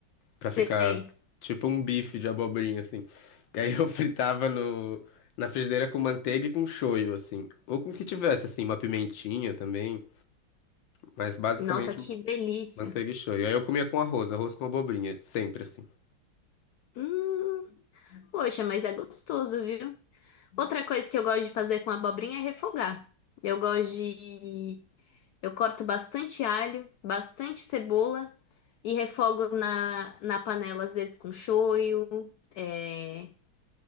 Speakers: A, on the left; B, on the left.
A: Pra
B: Sei.
A: ficar tipo um bife de abobrinha, assim. E aí eu <laughs> fritava no, na frigideira com manteiga e com shoyu, assim. Ou com o que tivesse, assim, uma pimentinha também. Mas basicamente
B: Nossa, que delícia.
A: manteiga e shoyu. Aí eu comia com arroz, arroz com abobrinha, sempre assim.
B: Hum, poxa, mas é gostoso, viu? Outra coisa que eu gosto de fazer com abobrinha é refogar. Eu gosto de. Eu corto bastante alho, bastante cebola e refogo na, na panela, às vezes com shoyu, é,